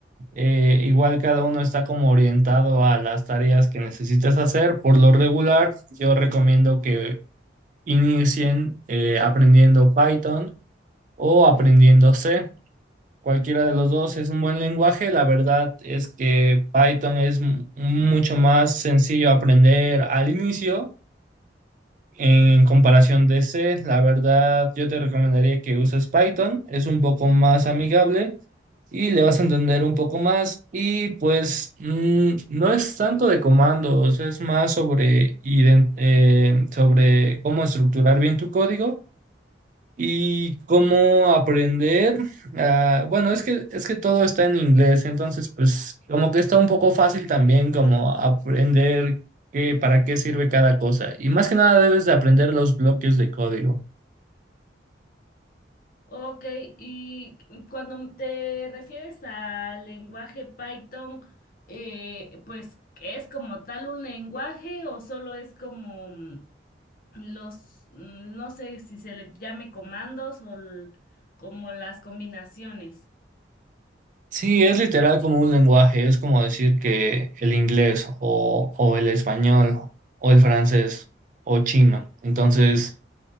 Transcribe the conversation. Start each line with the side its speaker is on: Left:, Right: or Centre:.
Right: Eh, igual cada uno está como orientado a las tareas que necesitas hacer. Por lo regular, yo recomiendo que inicien eh, aprendiendo Python o aprendiendo C. Cualquiera de los dos es un buen lenguaje. La verdad es que Python es m- mucho más sencillo aprender al inicio en comparación de C. La verdad, yo te recomendaría que uses Python. Es un poco más amigable y le vas a entender un poco más. Y pues mm, no es tanto de comandos, es más sobre, ident- eh, sobre cómo estructurar bien tu código y cómo aprender. ah, bueno, es que es que todo está en inglés, entonces pues como que está un poco fácil también como aprender qué, para qué sirve cada cosa. Y más que nada debes de aprender los bloques de código.
Left: Ok, y cuando te refieres al lenguaje Python, eh, pues ¿es como tal un lenguaje o solo es como... mm, los, mm, no sé si se le llame comandos o l- como las combinaciones.
Right: Sí, es literal como un lenguaje, es como decir que el inglés o, o el español o el francés o chino. Entonces,